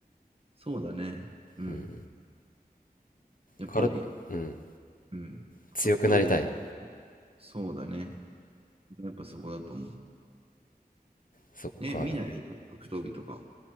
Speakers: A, on the right; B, on the left.
A: そうだね。うん。
B: うん。
A: やっぱり、
B: から、うん。
A: うん。格闘技やってるとそうだね。
B: 強くなりたい。
A: やっぱそこだと思う。
B: そっか。
A: え、見ない格格闘技とか。